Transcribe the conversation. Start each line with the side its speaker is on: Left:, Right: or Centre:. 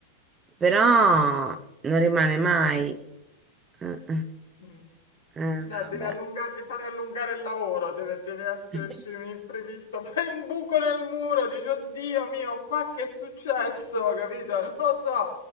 Right: però non rimane mai. Eh,
Left: Mh.
Right: eh,
Left: No,
Right: vabbè.
Left: devi allungarli fare allungare il lavoro, deve deve esserci
Right: <laughs>
Left: un imprevisto, <laughs> fai un buco nel muro, dici: "Oddio mio, qua che è successo?" Capito? Non lo so,